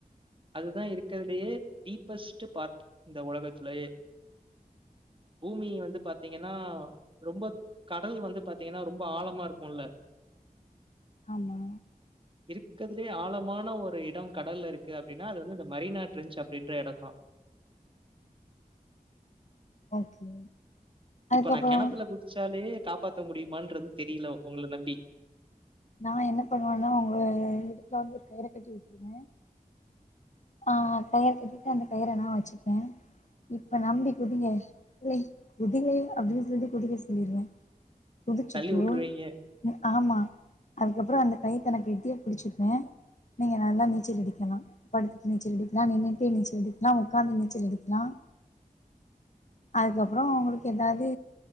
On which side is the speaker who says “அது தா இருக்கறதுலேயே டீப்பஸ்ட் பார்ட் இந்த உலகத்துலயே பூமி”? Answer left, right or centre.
Right